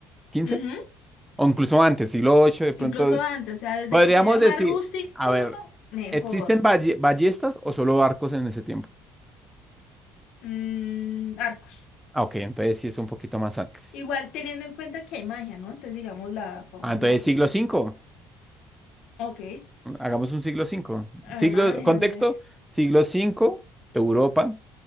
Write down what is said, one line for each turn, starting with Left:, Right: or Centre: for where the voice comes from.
Centre: quince
Left: ujú,
Centre: o incluso antes, siglo ocho de pronto.
Left: Incluso antes, o sea, desde
Centre: Podríamos
Left: que se vea
Centre: decir,
Left: más rústico,
Centre: a ver,
Left: mejor.
Centre: ¿existen balle- ballestas o solo barcos en ese tiempo?
Left: Mm, arcos.
Centre: Ah, ok, entonces sí es un poquito más antes.
Left: Igual teniendo en cuenta que hay magia, ¿no? Entonces, digamos, la forma
Centre: Ah, entonces
Left: en la que
Centre: siglo V.
Left: Ok,
Centre: Hagamos un siglo cinco.
Left: además
Centre: Siglo, contexto,
Left: de Andes.
Centre: siglo cinco Europa,